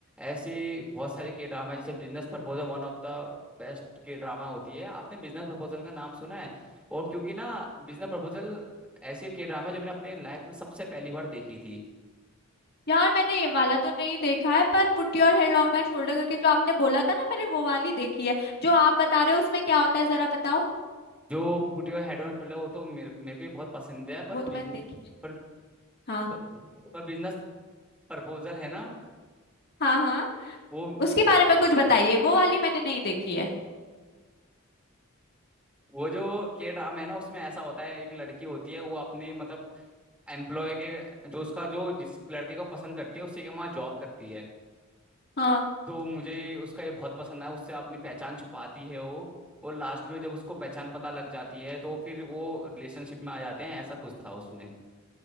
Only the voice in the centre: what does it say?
ऐसी बहुत सारे के ड्रामा है जैसे business proposal one of the best K drama होती है आपने बिजनेस प्रपोजल का नाम सुना है और क्योंकि ना बिजनेस प्रपोजल ऐसी के ड्रामा जो मैंने अपने लाइफ में सबसे पहली बार देखी थी
जो put your head on shoulder वो तो मेरे मेरे को भी बहुत पसंद है पर
बिजन,
पर,
पर, पर बिजनेस प्रपोजल है ना
वो
वो जो के ड्राम है ना उसमें ऐसा होता है एक लड़की होती है वो अपने मतलब एम्प्लॉय के जो उसका जो जिस लड़के को पसंद करती है उसी के वहाँ जॉब करती है
तो मुझे उसका ये बहुत पसंद आया उससे अपनी पहचान छुपाती है वो और लास्ट में जब उसको पहचान पता लग जाती है तो फिर वो रिलेशनशिप में आ जाते हैं ऐसा कुछ था उसमें